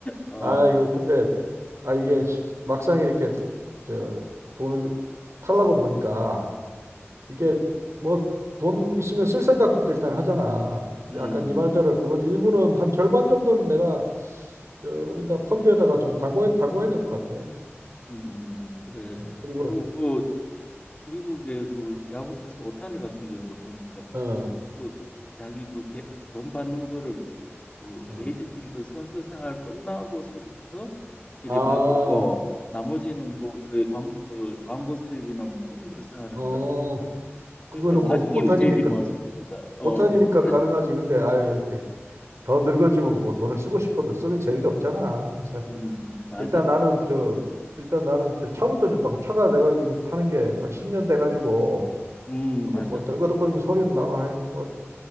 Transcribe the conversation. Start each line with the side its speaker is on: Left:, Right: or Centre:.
Left: 어.
Right: 아 이거 근데 아 이게 막상 이렇게 저 돈을 탈라고 보니까
Left: 음,
Right: 이게 뭐 돈 있으면 쓸 생각부터 일단 하잖아. 근데
Left: 음,
Right: 아까 네 말대로 그건 일부는 한 절반 정도는 내가 저 어디다 펀드에다가 좀 담궈야 담궈야 될 것 같아.
Left: 음, 음, 그래.
Right: 어, 그리고
Left: 그, 뭐, 미국의 그 야구선수 오타니 같은 경우도 보니까,
Right: 어,
Left: 그, 자기 그 돈 받는 거를 그
Right: 어.
Left: 메이저리그 선수 생활 끝나고서부터 이래
Right: 아, 어,
Left: 받고, 나머지는 뭐, 이래 광, 그 광고 수입이나 뭐 그런 거로 생활한다더라고.
Right: 어, 그거는
Left: 그러니까 나중에
Right: 뭐 오탄이니까
Left: 문제지 뭐, 지금보다. 어,
Right: 오탄이니까
Left: 요즘 오래,
Right: 가능하지. 근데 아유 이게 더 늙어지면 뭐 돈을 쓰고 싶어도 쓰는 재미도 없잖아. 그래서
Left: 음, 음, 맞아.
Right: 일단
Left: 그건
Right: 나는
Left: 그렇다.
Right: 저 일단 나는 저 차부터 좀 바꿔 차가 내가 지금 타는 게 한 10년 돼 가지고
Left: 음,
Right: 조금
Left: 맞아.
Right: 뭐 덜거덕거리는 소리는 나고 아유 뭐저